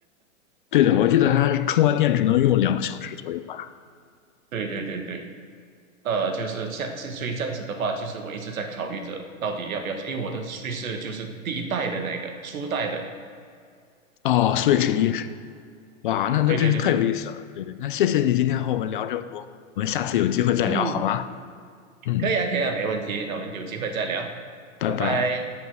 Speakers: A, on the left; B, on the right.
A: 对的，我记得它充完电只能用两个小时左右吧。
B: 对对对对，呃，就是像这所以这样子的话，就是我一直在考虑着到底要不要，因为我的叙事就是第一代的那个初代的。
A: 哦，Switch 一哇，那那真是太有意思了。
B: 对对对对，
A: 对对，那谢谢你今天和我们聊这么多，我们下次有机会再聊好吗？
B: 嗯，
A: 嗯，
B: 可以啊可以啊，没问题。那我们有机会再聊。
A: 拜拜。
B: 拜拜。